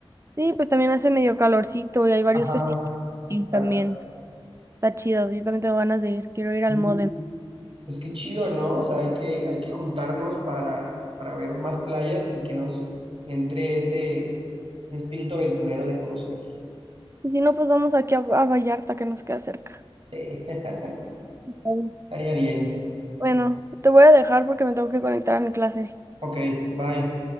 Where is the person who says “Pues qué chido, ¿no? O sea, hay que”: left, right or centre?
Right